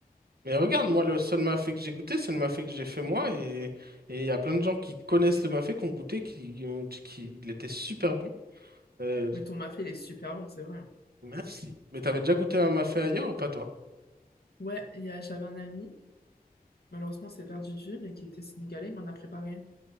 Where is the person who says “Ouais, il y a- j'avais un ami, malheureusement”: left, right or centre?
Left